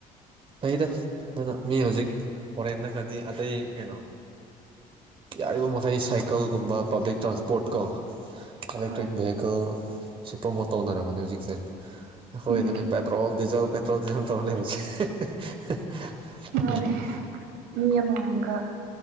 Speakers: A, on the right; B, on the right.
A: ꯐꯩꯗ ꯃꯤ ꯍꯣꯖꯤꯛ ꯐꯣꯔꯦꯟꯗ ꯒꯗꯤ ꯑꯇꯩ ꯀꯩꯅꯣ ꯌꯥꯔꯤꯕ ꯃꯈꯩ ꯁꯥꯏꯀꯜꯒꯨꯝꯕ ꯄꯥꯕ꯭ꯂꯤꯛ ꯇ꯭ꯔꯥꯟꯁꯄꯣꯔꯠ ꯀꯣ ꯑꯦꯂꯦꯛꯇ꯭ꯔꯤꯛ
B: ꯍꯣꯏ
A: ꯚꯦ ꯀꯜ ꯁꯤ ꯄ꯭ꯔꯣꯃꯣꯠ ꯇꯧꯅꯔꯕꯅꯦ ꯍꯧꯖꯤꯛꯁꯦ ꯑꯩꯈꯣꯏꯗꯅꯦ
B: ꯎꯝ
A: ꯄꯦꯇ꯭ꯔꯣꯜ ꯗꯤꯖꯜ ꯄꯦꯇ꯭ꯔꯣꯜ ꯗꯤꯖꯜ ꯇꯧ ꯂꯩꯕꯁꯦ <unintelligible>
B: ꯃꯥꯅꯦ
A: ꯎꯝ
B: ꯃꯤ ꯑꯃꯃꯝꯒ